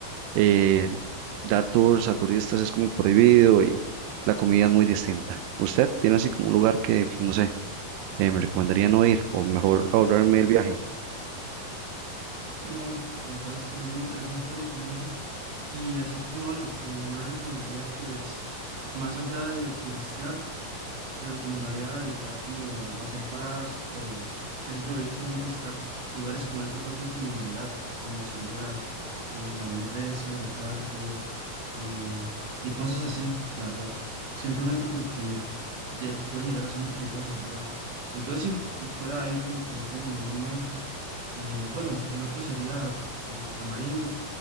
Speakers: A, on the right; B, on the right.
A: eh, dar tours a turistas es como prohibido y la comida es muy distinta. ¿Usted tiene así como un lugar que, no sé, eh, me recomendaría no ir o mejor ahorrarme el viaje?
B: Sí, no, la verdad es que soy muy interesante todo lo que me dijo y así como algo que no le recomendaría pues más allá de turistear. le recomendaría evitar como hacer paradas o, qué sé yo, ir solamente a visitar lugares con alta tasa de criminalidad, como sería eh, la León trece, la Carpio, eh, y cosas así, la verdad. Simplemente porque lle- pueden llegar a ser muy peligrosos, ¿verdad? Entonces, si fuera ahí, como que no tengo ninguno en mente. Eh, bueno, el otro sería eh, Tamarindo.